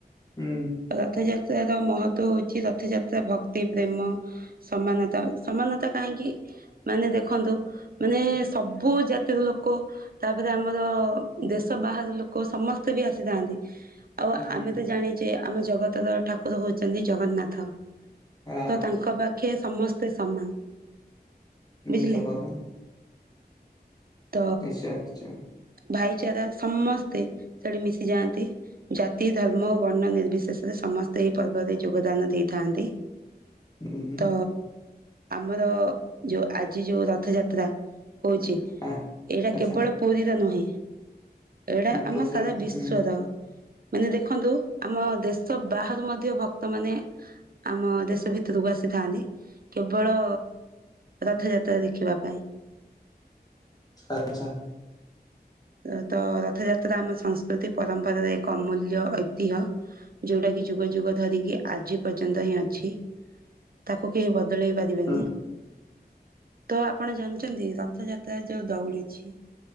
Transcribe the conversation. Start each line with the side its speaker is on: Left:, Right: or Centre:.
Left: ହୁଁ
Right: ଆ ତ ଯା ଯ ର ମହତଵ ହଉଛି ରଥଯାତ୍ରା ଭକ୍ତି ପ୍ରେମ ସମାନତା ସମାନତା କାହିଁକି ମାନେ ଦେଖନ୍ତୁ ମାନେ ସବୁ ଜାତିର ଲୋକ ତାପରେ ଆମର ଦେଶ ବାହାର ଲୋକ ସମସ୍ତେ ବି ଆସିଥାନ୍ତି ଆଉ
Left: ହୁଁ
Right: ଆମେ ତ ଜାଣିଛେ ଆମ ଜଗତର ଠାକୁର ହଉଛନ୍ତି ଜଗନ୍ନାଥ
Left: ହଁ
Right: ତ ତାଙ୍କ ପାଖେ ସମସ୍ତେ ସମାନ
Left: ହୁଁ
Right: ବୁଝିଲେ
Left: ସତଥା
Right: ତ
Left: ନିଶ୍ଚୟ ନିଶ୍ଚୟ
Right: ଭାଇଚାରା ସମସ୍ତେ ସେଠି ମିଶି ଯାଆନ୍ତି ଜାତି ଧର୍ମ ଓ ବର୍ଣ୍ଣ ନିର୍ବିଶେଷରେ ସମସ୍ତେ ଏହି ପର୍ବରେ ଯୋଗଦାନ ଦେଇଥାନ୍ତି
Left: ହୁଁ ହୁଁ
Right: ତ ଆମର ଯୋଉ ଆଜି ଯୋଉ ରଥଯାତ୍ରା ହଉଛି
Left: ଆ
Right: ଏଇଟା
Left: ଆଚ୍ଛା
Right: କେବଳ ପୁରୀର ନୁହେଁ ଏଇଟା
Left: ପ୍ରତ୍ୟେକ
Right: ଆମ ସାରା
Left: ହୁଁ
Right: ବିଶ୍ଵର
Left: ହଁ
Right: ମାନେ ଦେଖନ୍ତୁ ଆମ ଦେଶ ବାହାରୁ ମଧ୍ୟ ଭକ୍ତ ମାନେ ଆମ ଦେଶ ଭିତରକୁ ଆସି ଆସିଥାନ୍ତି କେବଳ ରଥଯାତ୍ରା ଦେଖିବା ପାଇଁ
Left: ଆଚ୍ଛା
Right: ତ ତ ରଥଯାତ୍ରା ଆମ ସଂସ୍କୃତି ପରମ୍ପରାର ଏକ ଅମୂଲ୍ୟ ଐତିହ୍ୟ ଯୋଉଟା କି ଯୁଗ ଯୁଗ ଧରିକି ଆଜି ପର୍ଯ୍ୟନ୍ତ ହିଁ ଅଛି ତାକୁ କେହି େଇ ପଦିବନି
Left: ହୁଁ
Right: ତ ଆପଣ ଜାଣିଛନ୍ତି ରଥଯାତ୍ରା ଯୋଉ ଦଉଡ଼ି ଅଛି